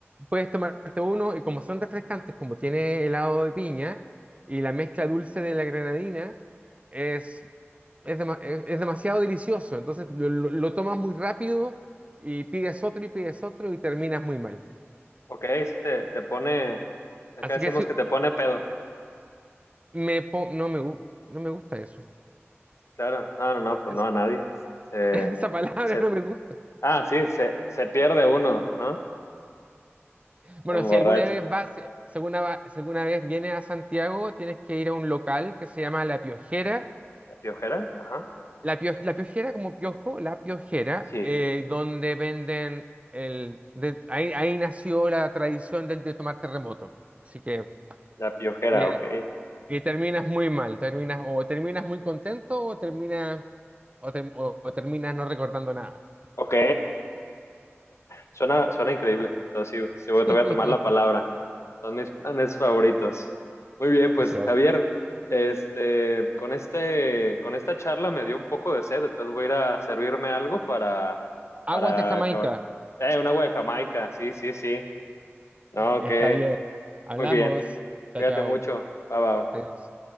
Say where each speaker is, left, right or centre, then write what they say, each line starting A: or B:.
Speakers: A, on the right; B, on the left.
A: puedes tomarte uno y como son refrescantes, como tiene helado de piña y la mezcla dulce de la granadina, es, es, dema- es- es demasiado delicioso. Entonces lo, lo- lo tomas muy rápido y pides otro y pides otro y terminas muy mal.
B: ok, si te, te pone, acá
A: Así
B: decimos
A: que sí,
B: que te pone pedo.
A: me, po- no me, gu- no me gusta eso.
B: Sí, claro, no, no, no, pues
A: Es-
B: no a nadie. Se,
A: <laughs> esa palabra
B: se,
A: no me gusta.
B: ah, sí, se, se pierde uno, ¿no?
A: Bueno,
B: Se emborracha.
A: si alguna vez vas, si alguna, va- si alguna vez vienes a Santiago, tienes que ir a un local que se llama La Piojera.
B: ¿La piojera? Ajá.
A: La, Pio- La Piojera, como piojo, La Piojera,
B: Sí,
A: eh, donde venden el. de- ahí, ahí nació la tradición del de tomar terremoto. Así que.
B: la piojera,
A: Y, eh,
B: ok.
A: y terminas muy mal. Terminas, o terminas muy contento o terminas. O, ter- o- o terminas no recordando nada.
B: Ok, Suena, suena increíble. Entonces, sí, sí voy-
A: <laughs>
B: te voy a tomar la palabra. Son mis planes favoritos. Muy bien, pues
A: Así es.
B: Javier, este, con este, con esta charla me dio un poco de sed, entonces voy a ir a servirme algo para,
A: Aguas
B: para
A: de Jamaica.
B: acabar con... Eh, un agua de Jamaica, sí, sí, sí. No,
A: Está
B: que,
A: bien. Hablamos.
B: muy bien.
A: Chao,
B: Cuídate
A: chao.
B: mucho. Bye, bye.
A: Adiós.